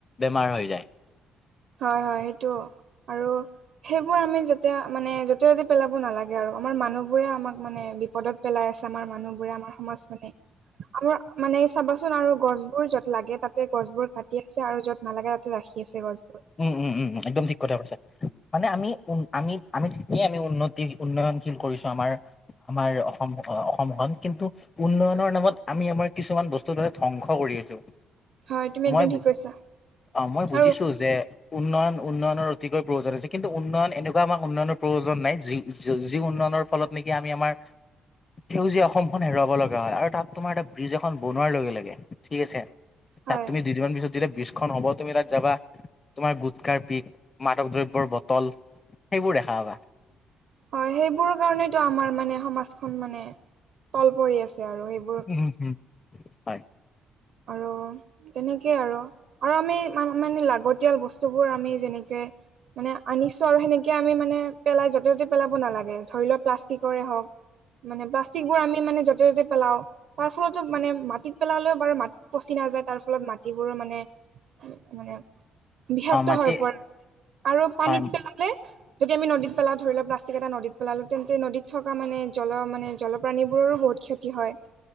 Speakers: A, on the left (about 30°); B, on the right (about 70°).
A: বেমাৰ হৈ যায়।
B: হয় হয় সেইটো আৰু সেইবোৰ আমি যেতে মানে য'তে য'তে পেলাব নালাগে আৰু আমাৰ মানুহ বোৰে আমাক মানে বিপদত পেলাই আছে আমাৰ মানুহবোৰে আমাৰ সমাজখনে। আমাৰ মানে চাবাচোন আৰু গছবোৰ য'ত লাগে তাতে গছবোৰ কাটিয়ে থা আৰু য'ত নালাগে তাতে ৰাখি আছে গছবোৰ।
A: উম, উম, উম, একদম ঠিক কথা কৈছে। মানে আমি উ, আমি আমিই আমি উন্নতি উন্নয়নশীল কৰিছো আমাৰ আমাৰ অসম, অসম অসমখন কিন্তু উন্নয়নৰ নামত আমি আমাৰ কিছুমান বস্তুৰ দৰে ধ্বংস কৰি আছো।
B: হয় তুমি একদম
A: মই
B: ঠিক কৈছা
A: অ, মই বুজিছো
B: আৰু
A: যে উন্নয়ন, উন্নয়নৰ অতিকৈ প্ৰয়োজন হৈছে, কিন্তু উন্নয়ন এনেকুৱা আমাৰ উন্নয়নৰ প্ৰয়োজন নাই যি-য-যি উন্নয়নৰ ফলত নেকি, আমি আমাৰ সেউজীয়া অসমখন হেৰুৱাব লগা হয়, আৰু তাত তোমাৰ এটা ব্ৰিজ এখন বনোৱাৰ লগে লগে ঠিক আছে তাত
B: হয়
A: তুমি দুদিনমান পিছত যেতিয়া ব্ৰিজখন হ'ব, তুমি তাত যাবা তোমাৰ গুটকাৰ পিক, মাদক দ্ৰব্যৰ বটল, সেইবোৰ দেখা পাবা।
B: হয়, সেইবোৰৰ কাৰণেতো আমাৰ মানে সমাজখন মানে, তল পৰি আছে আৰু সেইব
A: উম, উম, উম, হয়।
B: আৰু তেনেকেই আৰু। আৰু আমি ম মানে লাগতিয়াল বস্তুবোৰ আমি যেনেকে মানে আনিছো আৰু সেনেকে আমি মানে পেলাই য'তে ত'তে পেলাব নালাগে। ধৰি লোৱা প্লাষ্টিকৰে হওক মানে প্লাষ্টিকবোৰ আমি মানে য'তে য'তে পেলাও, তাৰ ফলতো মানে মাটিত পেলালেও বাৰু মাট পচি নাযায়। তাৰ ফলত মাটিবোৰো মানে মানে বিষাক্ত
A: অ মাটি
B: হৈ পৰ। আৰু পানীত
A: হয়
B: পেলালে যদি আমি নদীত পেলাওঁ, ধৰি লোৱা প্লাষ্টিক এটা নদীত পেলালো তেন্তে নদীত থকা মানে জল মানে জলপ্ৰাণীবোৰৰো বহুত ক্ষতি হয়।